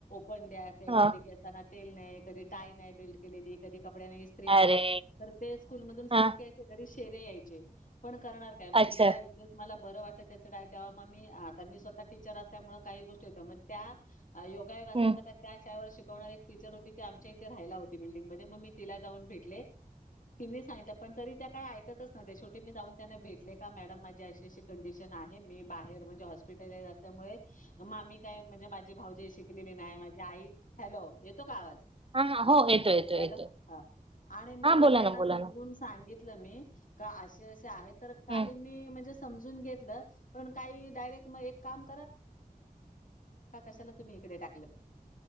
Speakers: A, on the left (about 60°); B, on the right (about 35°).
A: फनडे असेल
B: हा
A: कधी केसाना तेल नाय कधी टाय नाय बेल्ट केलेली कधी कपड्यांना इस्त्री नाय
B: अरे
A: तर ते स्कूल मधुन सारखे
B: हा
A: शेरे यायचे पण करणार काय मग
B: अच्छा
A: जेव्हा एक दिवस मला बर वाट त्याच डाय तेव्हा म मी आता मी स्वतः टीचर असल्यामुळे काही गोष्टी होत्या म त्या योगायोग असा
B: हम्म
A: होता का त्या चार वर्ष कवणारे एक टीचर हो तिथे आमच्या इथे राहायला होते बिल्डिंग मध्ये मग मी तिला जाऊन भेटले तिनी सांगितलं पण तरी त्या काय ऐकतच नव्हत्या शेवटी मी जाऊन त्यांना भेटले का मॅडम माझी अशी अशी कंडिशन आहे मी बाहेर म्हणजे हॉस्पिटलला येत असल्यामुळे मामी काय म्हणजे माझी भावजय शिकलेली नाय माझी आई हॅलो येतो का आवाज
B: हा हा हो येतो येतो
A: हॅलो
B: येतो
A: हा आणि मग
B: हा बोला
A: त्यांना
B: ना बोला
A: समजून
B: ना
A: सांगित तल मी का असे असे आहेत. तर काहीनी
B: हम्म
A: म्हणजे काडरे तुम् ग्हम कशा तुम्ही इडे टाक